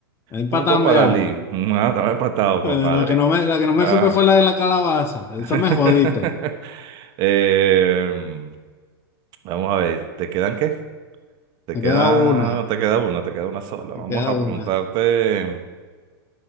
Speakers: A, on the left; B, on the right.
A: Empatamos
B: punto para
A: ya.
B: Lee. <laughs> Mm, Ah, estaba empatado,
A: Eh,
B: compadre.
A: La que no me, la que no me
B: Ah.
A: supe fue la de la calabaza. Esa
B: <laughs>
A: me jodiste.
B: Em, vamos a ver, ¿te quedan qué? Te
A: Me
B: queda,
A: queda una.
B: te queda una, te queda una sola.
A: Me
B: Vamos
A: queda
B: a
A: una.
B: preguntarte.